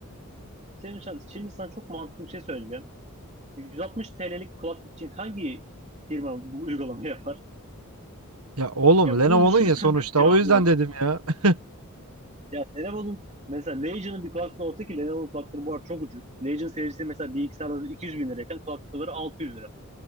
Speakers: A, on the right; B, on the right.
A: Senin, için- şimdi sana çok mantıklı bir şey söyleyeceğim. 160 TL'lik kulaklık için hangi firma bu uygulamayı yapar?
B: Ya oğlum
A: Ya
B: Lenovo'nun
A: bunu düşünürsen
B: ya sonuçta
A: de cevap
B: o yüzden
A: olabilir.
B: dedim ya. <laughs>
A: Ya Lenovo'nun mesela Legion'ın bir kulaklığı olsa ki Lenovo'nun kulaklıkları bu arada çok ucuz. Legion serisi mesela bilgisayarda 200 bin lirayken kulaklıkları 600 lira.